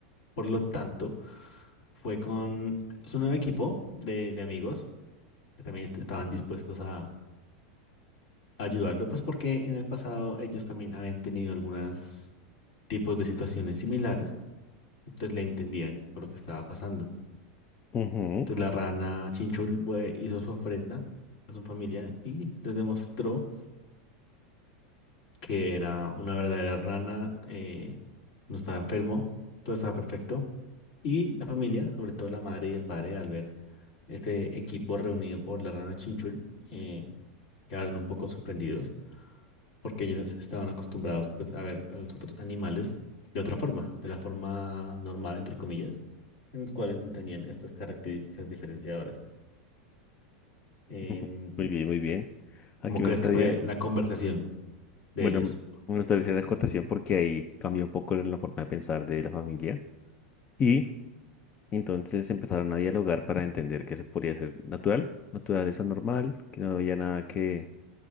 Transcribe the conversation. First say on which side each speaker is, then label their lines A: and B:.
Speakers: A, on the left; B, on the left.
A: Por lo tanto, fue con su nuevo equipo de, de amigos que también est- estaban dispuestos a ayudarlo, pues porque en el pasado ellos también habían tenido algunos tipos de situaciones similares, entonces le entendían por lo que estaba pasando.
B: Ujú,
A: Entonces la rana Chinchul bue- hizo su ofrenda a su familia y les demostró que era una verdadera rana, eh, no estaba enfermo, todo estaba perfecto. Y la familia, sobre todo la madre y el padre, al ver este equipo reunido por la rana Chinchul, eh, quedaron un poco sorprendidos porque ellos estaban acostumbrados pues a ver a los otros animales de otra forma, de la forma normal, entre comillas, en los cuales no tenían estas características diferenciadoras. Em,
B: ujú, Muy bien, muy bien. Aquí
A: ¿cómo crees
B: me gustaría
A: que fue la conversación de
B: Bueno,
A: ellos?
B: me gustaría hacer la acotación porque ahí cambió un poco la forma de pensar de la familia y entonces empezaron a dialogar para entender que eso podría ser natural, naturaleza normal, que no había nada que,